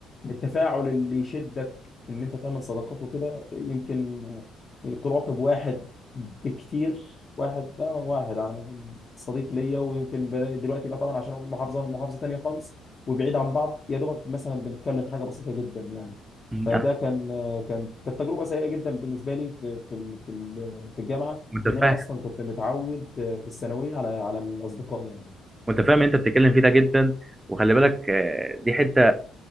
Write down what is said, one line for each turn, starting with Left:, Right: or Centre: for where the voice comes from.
Left: التفاعل اللي يشدك ان انت تعمل صداقات وكده يمكن تراقب واحد بكتير واحد اه واحد على ما اظن صديق ليا ويمكن بدأ دلوقتي بقى طبعا عشان هو من محافظه من محافظه تانيه خالص وبعيد عن بعض يا دوبك مثلا بنتكلم حاجه بسيطه جدا يعني
Right: مم.
Left: فده
Right: أنا
Left: كان كان كانت تجربه سيئه جدا بالنسبه لي في في ال- في ال- في الجامعه
Right: متفاهم
Left: لان انا اصلا كنت متعود في الثانويه على على الاصدقاء يعني
Right: متفاهم انت بتتكلم فيه ده جدا وخلي بالك آه، دي حته